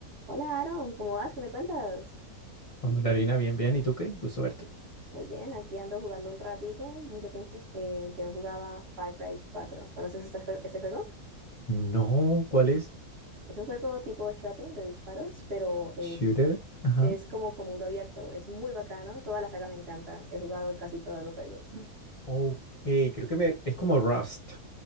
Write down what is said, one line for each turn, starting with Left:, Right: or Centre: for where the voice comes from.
Right: Hola Aaron, ¿cómo vas? ¿Qué me cuentas?
Left: Hola Lina, bien, bien. ¿Y tú qué? Gusto verte.
Right: Muy bien, aquí ando jugando un ratico, mucho tiempo en que no jugaba Far Cry 4. ¿Conoces este, jue- este juego?
Left: No, ¿cuál es?
Right: Es un juego tipo shooting de disparos, pero es,
Left: Shooter. Ajá.
Right: es como, como mundo abierto, es muy bacano, toda la saga me encanta, he jugado casi todos los juegos, <laughs>
Left: Ok, creo que me... es como Rust.